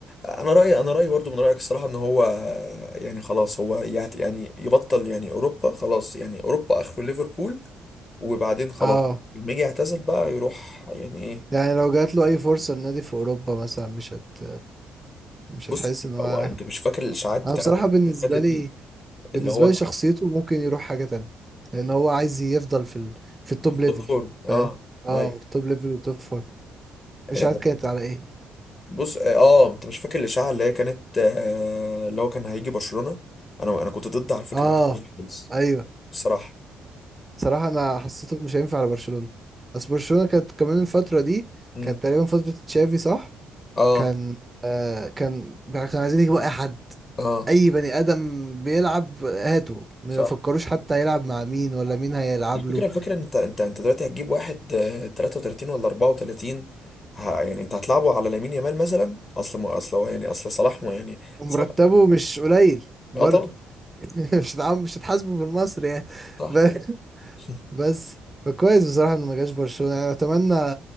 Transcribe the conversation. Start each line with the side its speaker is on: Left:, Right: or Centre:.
Left: انا رأيي انا رأيي برضو من رأيك الصراحة ان هو يعني خلاص هو يعت- يعني يبطل يعني اوروبا خلاص يعني اوروبا اخره ليفربول وبعدين خلاص
Right: اه
Left: لما يجي يعتزل بقى يروح يعني ايه
Right: يعني لو جات له اي فرصه لنادي في اوروبا مثلا مش هت مش
Left: بص
Right: هتحس ان هو
Left: هو انت مش فاكر الاشاعات بتاعت
Right: انا بصراحه
Left: الفترة
Right: بالنسبه
Left: اللي فاتت
Right: لي
Left: دي
Right: بالنسبه
Left: اللي هو
Right: لي
Left: كان
Right: شخصيته ممكن يروح حاجه تانية لان هو عايز يفضل في ال... في التوب
Left: في التوب
Right: ليفل
Left: فورم
Right: فاهم
Left: اه
Right: اه
Left: ايوه
Right: في التوب ليفل والتوب فور مش
Left: آه،
Right: عارف كانت على ايه
Left: بص اه آه، انت مش فاكر الاشاعة اللي هي كانت آه اللي هو كان هيجي برشلونة انا انا كنت ضد على الفكرة
Right: اه
Left: دي خالص
Right: ايوه
Left: الصراحة
Right: صراحه انا حسيته مش هينفع على برشلونه بس برشلونه كانت كمان الفتره دي
Left: امم
Right: كانت تقريبا فتره تشافي صح
Left: اه
Right: كان آه كان كان عايزين يجيبوا اي حد
Left: اه
Right: اي بني ادم بيلعب هاته ما
Left: صح
Right: يفكروش حتى هيلعب مع مين ولا مين هيلعب
Left: الفكرة
Right: له
Left: الفكرة انت انت انت دلوقتي هتجيب واحد آه، 33 ولا 34 ه- يعني انت هتلعبه على لامين يامال مثلا اصل ما اصل هو يعني اصل صلاح ما يعني
Right: ومرتبه
Left: صلاح
Right: مش قليل
Left: اه
Right: برضه
Left: طبعا
Right: <laughs> مش هتعم مش هتحاسبه بالمصري يعني
Left: صح
Right: ب-
Left: <laughs>
Right: بس فكويس بصراحه انه ما جاش برشلونه يعني اتمنى